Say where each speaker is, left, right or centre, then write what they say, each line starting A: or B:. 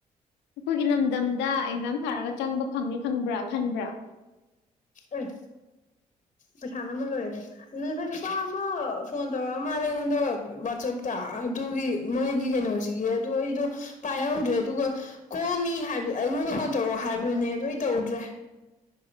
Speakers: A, on the left; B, on the left.
A: ꯑꯩꯈꯣꯏꯒꯤ ꯂꯝꯗꯝꯗ ꯑꯦꯛꯖꯥꯝ ꯊꯥꯔꯒ ꯆꯪꯕ ꯐꯪꯅꯤ ꯈꯪꯕ꯭ꯔꯥ ꯈꯟꯕ꯭ꯔꯥ
B: ꯑꯦ ꯄꯩꯁꯥ ꯅꯝꯃ ꯂꯣꯏꯔꯦꯍꯦ ꯉꯁꯥꯏ ꯅꯨꯄꯥ ꯑꯃ ꯐꯣꯟ ꯇꯧꯔ ꯃꯥꯜꯂꯦ ꯑꯩꯉꯣꯟꯗ ꯋꯥꯆꯞꯇ ꯑꯗꯨꯒꯤ ꯃꯣꯏꯒꯤ ꯀꯩꯅꯣꯖꯤꯒꯤ ꯑꯗꯣ ꯑꯩꯗꯣ ꯄꯥꯏꯍꯧꯗ꯭ꯔꯦ ꯑꯗꯨꯒ ꯀꯣꯜ ꯃꯤ ꯍꯥꯏꯕ ꯑꯩꯉꯣꯟꯗ ꯐꯣꯟ ꯇꯧꯔꯛꯑꯣ ꯍꯥꯏꯕꯗꯨꯅꯦ ꯑꯗꯨ ꯑꯩ ꯇꯧꯗ꯭ꯔꯦ